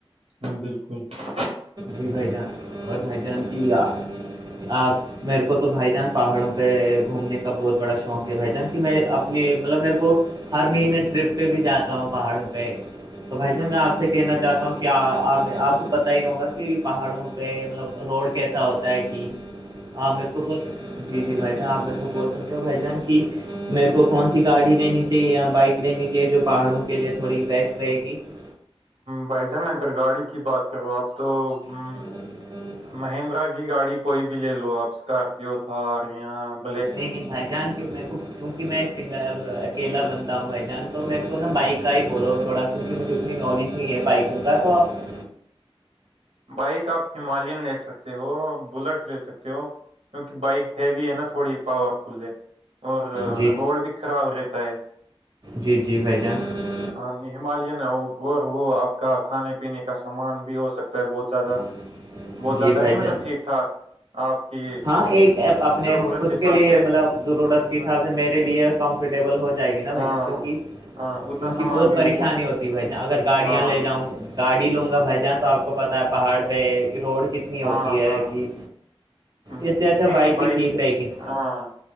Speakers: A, on the right; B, on the right.
A: ہ بالکل <unintelligible>
B: جی بھائی جان اور بھائی جان کی آپ آپ <unintelligible> میرے کو تو بھائی جان پہاڑوں پہ گھومنے کا بہت بڑا شوق ہے بھائی جان کی میں اپنی مطلب میرے کو <unintelligible> فرمی نے <unintelligible> ٹرپ پہ بھی جاتا ہوں پہاڑوں پہ تو بھائی جان میں آپ سے کہنا چاہتا ہوں کیا آپ <unintelligible> آپ کو پت ہی ہوگا کہ پہاڑوں پہ مطلب روڈ کیسا ہوتا ہے کہ <unintelligible> ہاں میرے کول کو <unintelligible> جی جی بھائی جان آپ میرے کو بول سکتے ہو بھائی جان کہ میرے کو کون سی گای لینی چاہیے بائک <unintelligible> لینی چاہیے جو پہاڑوں کے لیے تھوڑی بیسٹ رہے گی <unintelligible>
A: بھائی جان اگر گاڑی کی بات کرو آپ تو <unintelligible>
B: ہ <unintelligible>
A: مہندرا کی گاڑی کوئی بھی لے لو آپ اسکارپیو تھا اور یہاں <unintelligible>
B: جی جی <unintelligible> بھائی جان کے کو کیونکہ میں سنگر اکیلا بنتا ہوں بھائی جان تو میرے کو نا بائیک کا ہی بولو تھوڑا <unintelligible> اس کی مجھے اتنی نالج نہیں ہے بائکوں
A: ب
B: کا تو <unintelligible>
A: بائک آپ ہممالین لے سکتے ہو بلٹ لے سکتے ہو کیونکہ بائک ہیوی ہے نا تھوڑی پاور فل ہے اور
B: جی
A: روڈ بھی خراب رہتا ہے
B: جی جی بھائی جان <unintelligible>
A: ہاں ہمالین وہ وہ آپ کا کھانے پینے کا سامان بھی ہو سکتا ہے بہت زیادہ <unintelligible>
B: <inaudible>
A: بہت زیاد
B: بھائی
A: نہیں مطلب
B: جان
A: ٹھیک ٹھاک آپ کی
B: ہاں ایک اپنے
A: ضرورت
B: خود
A: حساب
B: کے لیے
A: سے
B: مطلب ضرورت <unintelligible> حساب
A: ہاں
B: سے میرے لیے کمفرٹیبل ہو جائے گی نا بھ
A: ہاں
B: جان کیونکہ
A: ہاں،
B: <unintelligible>
A: اتنا
B: کیونکہ
A: سامان
B: بہت
A: بھی
B: پریشانی
A: اٹھ
B: ہوتی ہے بھائی اگر گاڑیاں
A: ہاں
B: لے جاؤں <unintelligible> گاڑی لوں گا
A: ہاں
B: بھائی جان تو آپ کو پتا ہے پہاڑ پہ روڈ <unintelligible> کتنی ہوتی
A: ہاں
B: ہے
A: ہاں
B: کہ
A: ہم،
B: اس سے اچھا
A: نہیں
B: بائک
A: نہیں
B: کی ٹھیک رہے گی <unintelligible>
A: ہاں